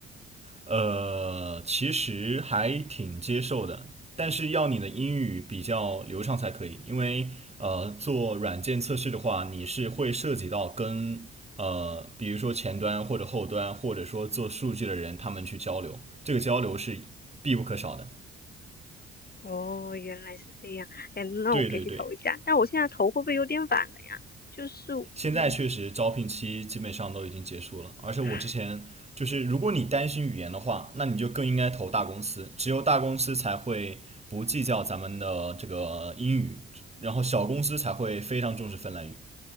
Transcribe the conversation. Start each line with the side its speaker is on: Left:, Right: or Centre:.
Right: 呃，其实还挺接受的，但是要你的英语比较流畅才可以，因为呃，做软件测试的话，你是会涉及到跟呃，比如说前端或者后端，或者说做数据的人他们去交流，这个交流是必不可少的。
Left: 哦，原来是这样。哎，那我可以去投一下。
Right: 对对对，
Left: 但我现在投会不会有点晚了呀？就是，嗯，
Right: 现在确实招聘期基本上都已经结束了，而且我之前就是，
Left: <laughs> 啊。
Right: 如果你担心语言的话，那你就更应该投大公司，只有大公司才会不计较咱们的这个英语，然后小公司才会非常重视芬兰语。